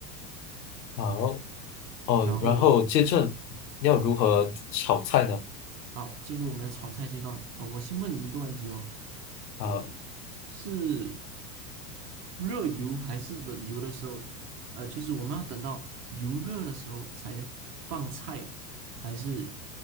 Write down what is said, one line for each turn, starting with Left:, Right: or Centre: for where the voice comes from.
Left: 好哦，
Right: 然后
Left: 然后接着要如何炒菜呢？
Right: 好，进入我们的炒菜阶段。呃，我先问你一个问题哦，
Left: 啊、
Right: 嗯，是热油还是冷油的时候？呃，就是我们要等到油热的时候才放菜，还是